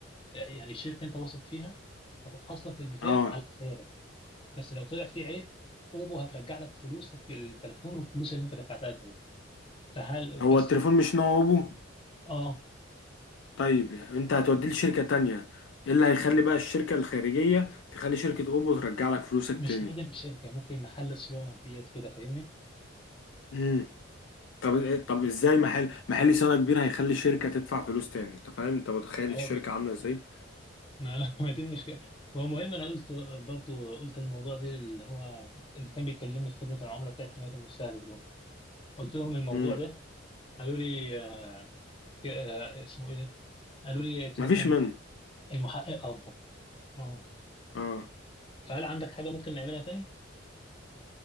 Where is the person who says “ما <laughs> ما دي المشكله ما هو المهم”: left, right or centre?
Left